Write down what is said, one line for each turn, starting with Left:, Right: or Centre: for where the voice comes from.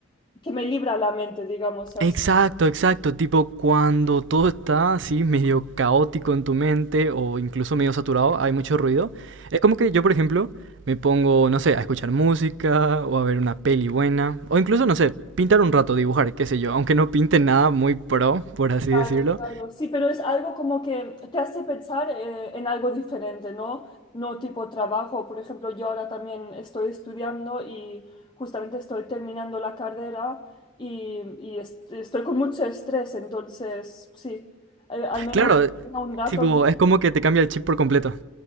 Left: que me libra la mente, digamos así.
Right: Exacto, exacto, tipo cuando todo está así medio caótico en tu mente o incluso medio saturado, hay mucho ruido. Es como que yo, por ejemplo, me pongo, no sé, a escuchar música o a ver una peli buena o incluso, no sé, pintar un rato, dibujar, qué sé yo, aunque no pinte nada muy pro, por así
Left: Claro,
Right: decirlo.
Left: claro. Sí, pero es algo como que te hace pensar eh, en algo diferente, ¿no? No tipo trabajo. Por ejemplo, yo ahora también estoy estudiando y justamente estoy terminando la carrera y, y est- estoy con mucho estrés, entonces sí, eh, al menos
Right: Claro,
Left: tenga un rato
Right: tipo,
Left: libre.
Right: es como que te cambia el chip por completo.